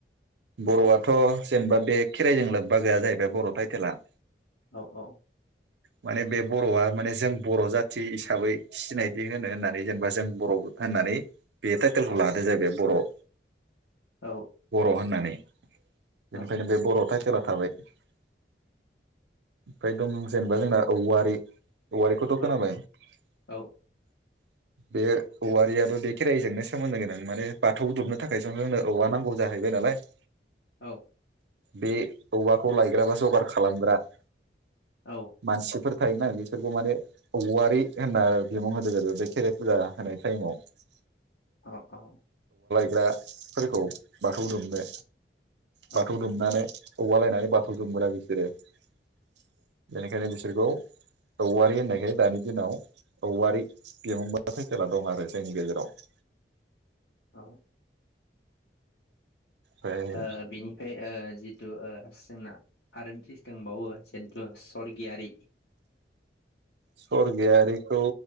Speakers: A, on the right; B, on the left.
A: बर'आथ जेनेबा बे खेराइजों लोब्बा गैया जाहैबाय बर टाइटेला ।
B: औ औ ।
A: माने बे बर'आ माने जों बर जाथि हिसाबै सिनायथि होनो होननानै जेनेबा जों बर'बो ओननानै बे टाइटेलखौ
B: औ
A: लादो जाहैदो बर' ।
B: औ
A: बर' होननानै ।
B: औ
A: बेनिफ्रायनो बे बर' टाइटेला थाबाय इनफ्राय द जेनेबा जोंना औवारि । औवारिखौथ'
B: औ
A: खोनाबाय ।
B: औ
A: बे औवारियाबो बे खेराइजोंनो सोमोन्दो गोनां माने बाथौ दुमनो थाखायसो जोंनो औवा नांगौ जाहैबाय नालाय ।
B: औ ।
A: बे औवाखौ लायग्रा बा जगार खालामग्रा ।
B: औ ।
A: मानसिफोर थायोना बेफोरखौ माने औवारि होनना बिमुं होदों जाहैबाय बे खेराइ फुजा होनाय थाइमाव ।
B: अ औ ।
A: ग्राफोरखौ बाथौ दुमनो
B: औ
A: बाथौ दुमनानै औवा लायना बाथौ दुमग्रा बिसोरो । बेनिखायनो बिसोरखौ औवारि होननायखाय दानि दिनाव औवारि बिमुं एबा थायथेला दं आरो जोंनि गेजेराव ।
B: औ ।
A: ओमफ्राय
B: ओ बिनिफ्राय ओ जिथु ओ जोंना । आरो दिस दंबावो जन्थु सरगियारि ।
A: सर्गियारिखौ